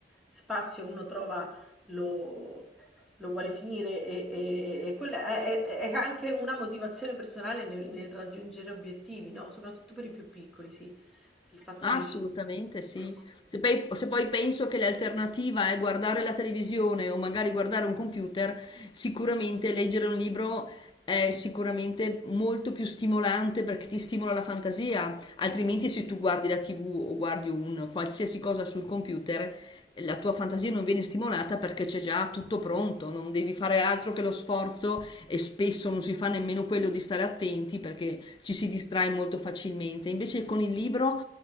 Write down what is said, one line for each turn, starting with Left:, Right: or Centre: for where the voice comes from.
Centre: spazio uno trova lo, lo vuole finire e, e- e quella è, è- è anche una motivazione personale nel, nel raggiungere obiettivi, no? Soprattutto per i più piccoli, sì, il fatto
Left: Assolutamente
Centre: di riuscire a finire il
Left: sì.
Centre: libro.
Left: Se poi, se poi penso che l'alternativa è guardare la televisione o magari guardare un computer, sicuramente leggere un libro è sicuramente molto più stimolante perché ti stimola la fantasia. Altrimenti, se tu guardi la TV o guardi un qualsiasi cosa sul computer, la tua fantasia non viene stimolata perché c'è già tutto pronto, non devi fare altro che lo sforzo e spesso non si fa nemmeno quello di stare attenti perché ci si distrae molto facilmente. Invece con il libro